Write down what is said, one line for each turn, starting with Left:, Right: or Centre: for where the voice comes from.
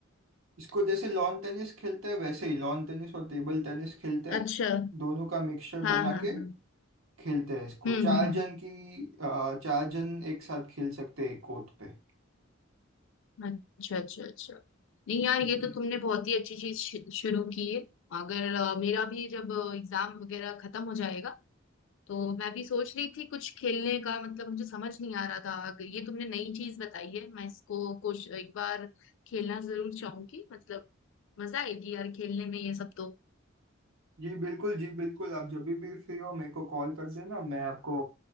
Right: इसको जैसे लॉन टेनिस खेलते हैं वैसे ही लॉन टेनिस और टेबल टेनिस खेलते हैं
Left: अच्छा
Right: दोनों का मिक्सचर
Left: हाँ
Right: बना
Left: हाँ हाँ
Right: के
Left: हम्म
Right: खेलते हैं इसको
Left: हम्म
Right: चार
Left: हम्म।
Right: जन की अ, चार जन एक साथ खेल सकते हैं एक कोर्ट पे
Left: अच्छा अच्छा अच्छा नहीं यार
Right: जी
Left: ये
Right: जी
Left: तो तुमने बहुत ही अच्छी चीज शु- शुरू की है अगर अ, मेरा भी जब एग्जाम वगैरह खत्म हो जाएगा तो मैं भी सोच रही थी कुछ खेलने का मतलब मुझे समझ नहीं आ रहा था अगर ये तुमने नई चीज बताई है मैं इसको कुछ एक बार खेलना जरूर चाहूंगी मतलब मजा आएगी यार खेलने में ये सब तो
Right: जी बिल्कुल जी बिल्कुल आप जब भी फ्री हो मेरे को कॉल कर देना मैं आपको